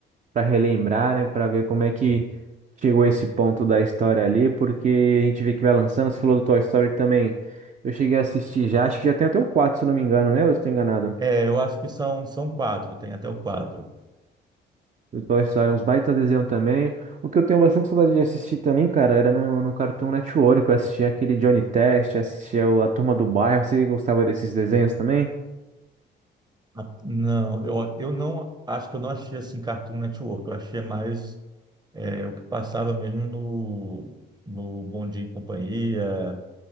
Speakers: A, on the right; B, on the right.
A: para relembrar, né, para ver como é que chegou a esse ponto da história ali, porque a gente vê que vai lançando, você falou do Toy Story também. Eu cheguei a assistir já, acho que já tem até o 4 se eu não me engano, né? Ou eu estou enganado?
B: É, eu acho que são, são quatro, tem até o quatro.
A: Depois sai uns baita desenho também. O que eu tenho bastante saudade de assistir também, cara, era no, no Cartoon Network. Eu assistia aquele Johnny Test, assistia o- a Turma do Bairro. Você gostava desses desenhos também?
B: Ah, Não, eu, eu não acho que eu não achei assim Cartoon Network, eu achei mais é, o que passava mesmo no, no Bom Dia e Companhia,